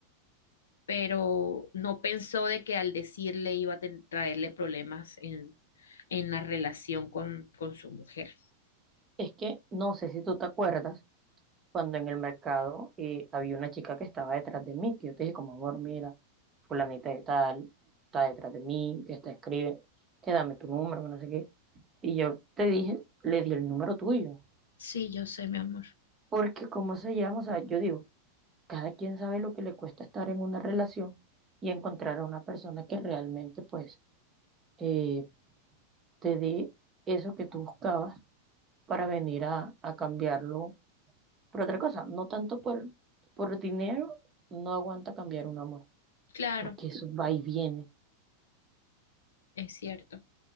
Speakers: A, on the left; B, on the right.
A: Pero no pensó de que al decirle iba a ten- traerle problemas en, en la relación con, con su mujer.
B: Es que no sé si tú te acuerdas cuando en el mercado eh, había una chica que estaba detrás de mí, que yo te dije como, amor, mira, fulanita de tal, está detrás de mí, que está escribe, que dame tu número, que no sé qué. Y yo te dije, le di el número tuyo.
A: Sí, yo sé, mi amor.
B: Porque cómo se llama, o sea, yo digo, cada quien sabe lo que le cuesta estar en una relación y encontrar a una persona que realmente pues eh, te dé eso que tú buscabas para venir a, a cambiarlo por otra cosa, no tanto por, por dinero, no aguanta cambiar un amor,
A: Claro,
B: porque eso va y viene.
A: es cierto.